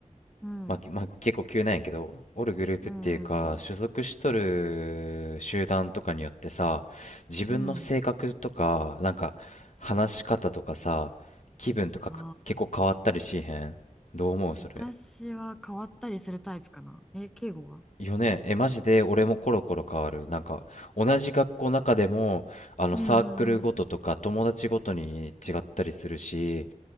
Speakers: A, in the centre; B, on the left.
A: うん、
B: まあ、きまあ、結構急なんやけど、おるグループっていうか、
A: うん、
B: 所属しとる集団とかによってさ、自分の性格とか、
A: うん。
B: なんか、話し方とかさ、気分とかか結構変わったりしへん。
A: ああ
B: どう思うそれ。
A: ー、私は変わったりするタイプかな。え、敬語は
B: よね。え、マジで俺もコロコロ変わる。なんか、同じ学校の中でも、あの、
A: うんうん、
B: サークルごととか、友達ごとに違ったりするし、